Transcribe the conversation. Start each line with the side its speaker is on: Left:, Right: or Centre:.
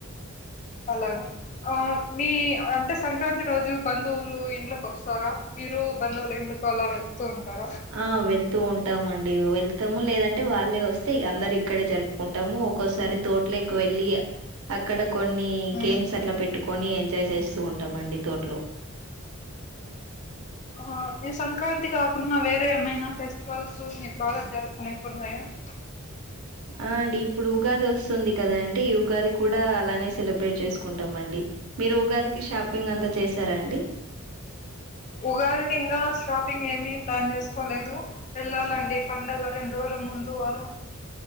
Left: అలాగ మీ అంటే సంక్రాంతి రోజు బంధువులు ఇడ్లకు వస్తారా మీరు బంధువుల ఇంకి అలా వెళ్తూ ఉంటారా
Right: ఆ వెళ్తూ ఉంటాము అండి వెళ్త తాము లేదంటే వాళ్ళే వస్తే ఇ అందరు ఇక్కడే జరుపుకుంటాము ఒక్కోసారి తోటలోకి వెళ్ళి అక్కడ కొన్ని
Left: ఉమ్.
Right: గేమ్స్ అట్లా పెట్టు కొని ఎంజాయ్ చేస్తూ ఉంటామండి తోటలో
Left: ఆ మీ సంక్రాంతి కాకున్న వేరే ఏమైనా ఫెస్టివల్స్ మీరు బాగా జరుపుకునేటివి ఉన్నాయా <inaudible>
Right: ఆ అండి ఇప్పుడు ఉగాది వస్తుంది కదా అండి ఉగాది కూడా అలానే సెలబ్రేట్ చేసుకుంటాం అండి మీరు ఉగాది కి షాపింగ్ అంతా చేశారా అండి
Left: ఉగాదికి ఇంగా షాపింగ్ ఏమి ప్లాన్ చేసుకోలేదు వెళ్ళాలండి
Right: ఓ
Left: పండుగ రెండూ రోజుల ముందు అలా